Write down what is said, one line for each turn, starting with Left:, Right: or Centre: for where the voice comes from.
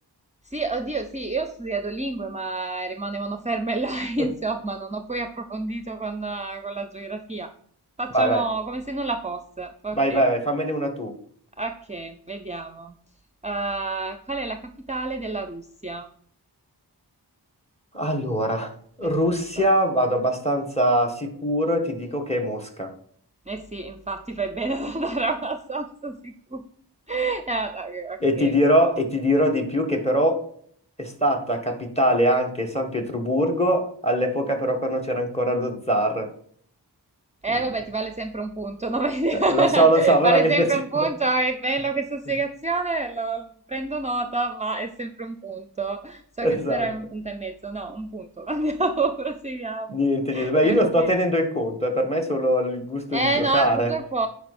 Right: Sì, oddio, sì, io ho studiato lingue, ma rimanevano ferme là, <laughs> insomma,
Left: <laughs>
Right: non ho poi approfondito con, eh, con la geografia. Facciamo
Left: Vai, vai,
Right: come se nulla fosse. Ok,
Left: vai, vai, vai, fammene una tu.
Right: ok, vediamo. Eh, qual è la capitale della Russia?
Left: Allora, Russia
Right: Eh, che so.
Left: vado abbastanza sicuro e ti dico che è Mosca.
Right: Eh sì, infatti fai bene ad andare <laughs> abbastanza sicuro. Eh, dai, ok,
Left: E ti dirò,
Right: ok.
Left: e ti dirò di più che però è stata capitale anche San Pietroburgo, all'epoca però quando c'era ancora lo zar.
Right: Eh,
Left: Quindi,
Right: vabbè, ti vale sempre un punto, no? <laughs>
Left: eh, lo so, lo so, però
Right: Vale
Left: mi
Right: sempre
Left: piace.
Right: un punto,
Left: <laughs>
Right: è bella questa spiegazione, lo- prendo nota, ma è sempre un punto. So
Left: Esatto.
Right: che speravi un punto e mezzo, no, un punto. <laughs> Andiamo, proseguiamo.
Left: Niente,
Right: Che
Left: niente. Beh, io
Right: Perché...
Left: non sto tenendo il conto, eh, per me è solo il gusto
Right: Eh
Left: di giocare.
Right: no, purtroppo